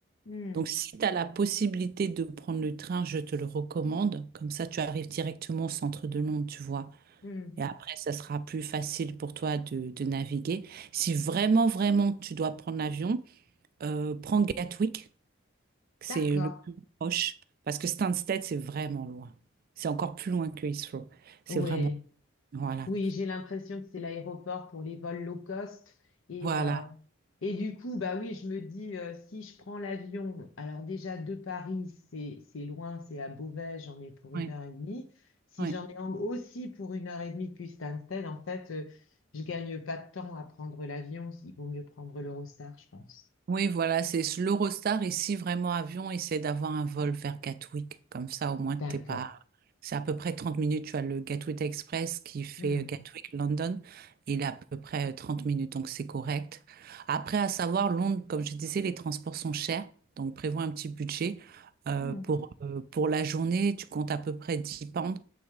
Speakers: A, on the left; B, on the right.
A: Hmm.
B: Donc, si tu as la possibilité de prendre le train, je te le recommande. Comme ça, tu arrives directement au centre de Londres, tu vois.
A: Hmm.
B: Et après, ça sera plus facile pour toi de, de naviguer. Si vraiment, vraiment, tu dois prendre l'avion, euh, prends Gatwick, c'est
A: D'accord.
B: le plus proche, parce que Stansted, c'est vraiment loin. C'est encore plus loin que Heathrow. C'est
A: Oui.
B: vraiment... Voilà.
A: Oui, j'ai l'impression que c'est l'aéroport pour les vols low cost. Et,
B: Voilà.
A: euh, et du coup, bah oui, je me dis, euh, si je prends l'avion, alors déjà de Paris, c'est, c'est loin, c'est à Beauvais, j'en ai pour
B: Ouais,
A: une heure et demie. Si
B: ouais.
A: j'en ai en- aussi pour une heure et demie depuis Stansted, en fait, euh, je gagne pas de temps à prendre l'avion. Il vaut mieux prendre l'Eurostar, je pense.
B: Oui, voilà, c'est l'Eurostar ici, vraiment avion, essaie d'avoir un vol vers Gatwick. Comme ça, au moins, t'es
A: D'accord.
B: pas. C'est à peu près 30 minutes. Tu as le Gatwick Express qui fait
A: Hmm.
B: euh, Gatwick London. Il est à peu près euh, 30 minutes, donc c'est correct. Après, à savoir, Londres, comme je disais, les transports sont chers. Donc, prévois un petit budget. Euh,
A: Hmm.
B: pour, euh, pour la journée, tu comptes à peu près 10 pounds